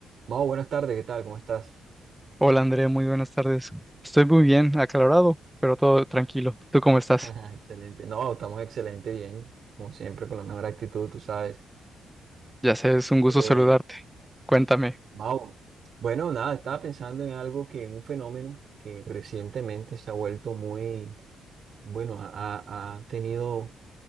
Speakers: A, on the right; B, in the centre.
A: Mau, buenas tardes, ¿qué tal? ¿Cómo estás?
B: Hola Andrea, muy buenas tardes. Estoy muy bien, aclarado, pero todo tranquilo. ¿Tú cómo estás?
A: <laughs> Excelente. No, estamos excelente, bien, como siempre, con la mejor actitud, tú sabes.
B: Ya sé, es un gusto
A: Eh,
B: saludarte. Cuéntame.
A: Mau, bueno, nada, estaba pensando en algo que, en un fenómeno que recientemente se ha vuelto muy, bueno, ha, ha- ha tenido